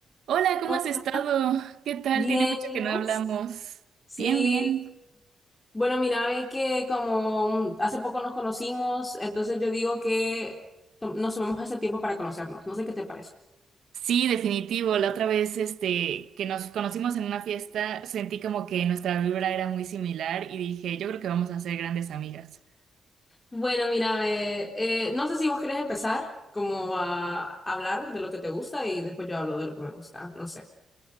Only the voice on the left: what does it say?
Hola,
bien,
¿y
vos?
Sí,
bueno, mira, ve que como mm, hace poco nos conocimos, entonces yo digo que tom- nos tomemos este tiempo para conocernos, no sé qué te parece.
Bueno, mira, ve, eh, no sé si vos querés empezar como a hablar de lo que te gusta y después yo hablo de lo que me gusta, no sé,